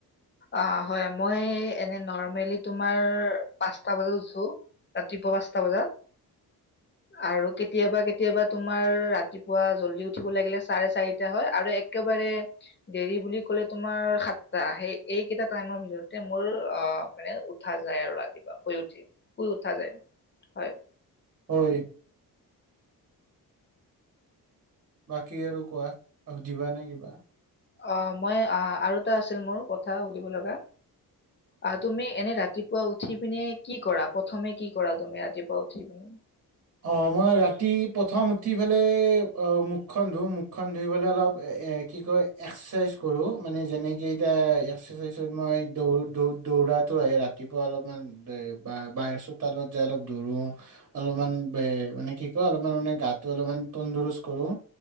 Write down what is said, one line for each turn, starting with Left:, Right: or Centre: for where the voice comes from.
Left: অ'হয়, মই এনে নৰ্মেলি তোমাৰ পাঁচটা বজাত উঠো, ৰাতিপুৱা পাঁচটা বজাত। আৰু কেতিয়াবা কেতিয়াবা তোমাৰ ৰাতিপুৱা জল্দি উঠিব লাগিলে চাৰে চাৰিটা হয়, আৰু একেবাৰে দেৰি বুলি কলে তোমাৰ সাতটা, সেই এইকেইটা টাইমৰ ভিতৰতে মোৰ অ' মানে উঠা যায় আৰু ৰাতিপুৱা শুই উঠি শুই উঠা যায়। হয়।
Right: হয়। বাকী আৰু কোৱা <unintelligible> ‌‌ নে কিবা?
Left: অ' মই অ' আৰু টা আছিল মোৰ কথা, সুধিব লগা। অ' তুমি এনে ৰাতিপুৱা উঠি পিনে কি কৰা? প্ৰথমে কি কৰা? তুমি ৰাতিপুৱা উঠি পিনে -
Right: অ মই ৰাতি প্ৰথম উঠি পেলাই অ মুখখন ধুম, মুখখন ধুই পেলাই অলপ কি কয় এক্সাৰচাইজ কৰোঁ। মানে যেনেকে এতিয়া এক্সাৰচাইজত মই দৌৰো দৌ দৌৰাটো আহে ৰাতিপুৱা অলপমান বাহ চোতালত যাই অলপ দৌৰোঁ। অলপমান- বে মানে কি কয়, অলপমান মানে গাটো অলপমান তন্দুৰস্ত কৰোঁ।